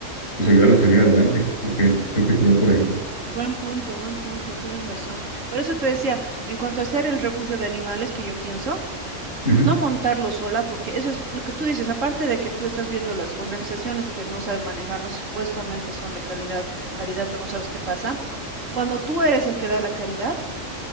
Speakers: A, on the left (about 50°); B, on the right (about 80°).
A: pues ayudarlos a salir adelante. Creo que, creo que sería por ahí.
B: Buen punto, buen punto, tienes razón. Por eso te decía, en cuanto a hacer el refugio de animales que yo pienso,
A: Ujú,
B: no montarlo sola, porque eso es lo que tú dices, aparte de que tú estás viendo las organizaciones que no saben manejar, no sé, supuestamente son de calidad, caridad, pero no sabes qué pasa. Cuando tú eres el que da la caridad,